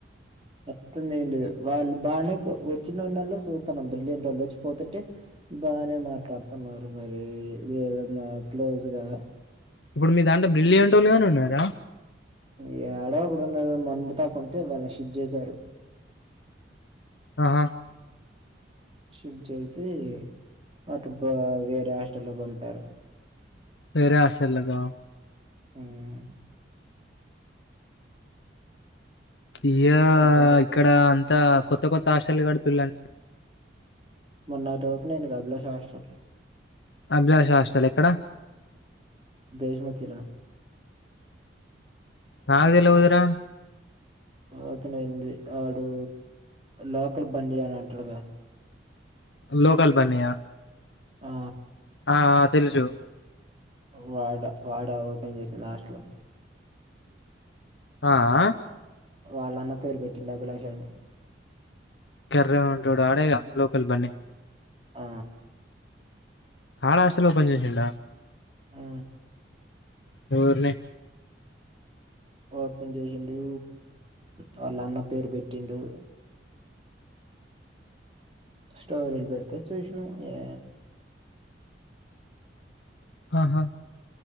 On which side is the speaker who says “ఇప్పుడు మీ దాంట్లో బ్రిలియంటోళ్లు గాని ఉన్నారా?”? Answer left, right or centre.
Left